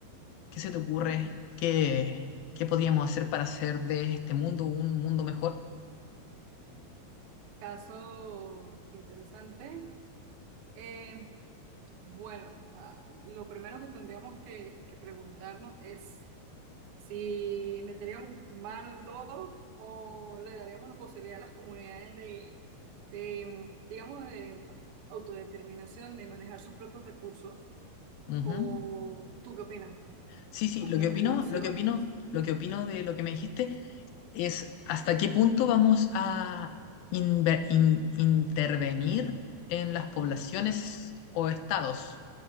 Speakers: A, on the left; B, on the right.
A: ¿Qué se te ocurre?
B: Mm.
A: ¿Qué, qué podríamos hacer para hacer de este mundo un mundo mejor?
B: caso interesante. Eh, bueno, ah, lo primero que tendríamos que, que preguntarnos es si meteríamos mano en todo o le daríamos la posibilidad a las comunidades de, de, digamos, de autodeterminación, de manejar sus propios recursos.
A: Ujú.
B: ¿O tú qué opinas?
A: Sí, sí,
B: ¿A
A: lo
B: través
A: que opino,
B: de regulaciones?
A: lo que opino, lo que opino de lo que me dijiste es hasta qué punto vamos a inver- in- intervenir en las poblaciones
B: Ujú.
A: o estados,